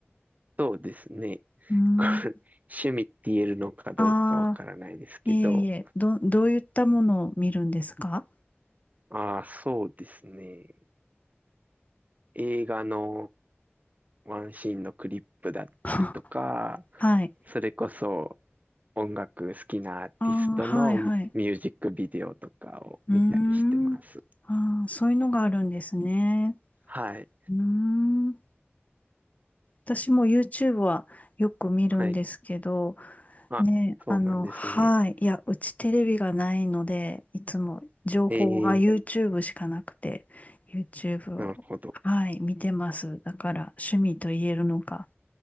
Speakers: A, on the right; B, on the left.
A: そうですね。<laughs>
B: うん、
A: これ趣味って言えるのかどうかわからないですけど、
B: ああ、いえいえ、ど、どういったものを見るんですか
A: ああ、そうですね。映画のワンシーンのクリップだったりとか、
B: <laughs> はい。
A: それこそ音楽好きなアーティストのミュージックビデオとかを見たりしてます。
B: ああ、はい、はい。うーん。ああ、そういうのがあるんですね。
A: はい。
B: うーん。私も YouTube はよく見るんですけど、
A: はい。あ、
B: ね、
A: そうなんですね。
B: あの、はい。いや、うちテレビがないので、いつも情報が
A: ええ、
B: YouTube しかなくて、YouTube
A: なるほど。
B: を、はい、見てます。だから趣味と言えるのか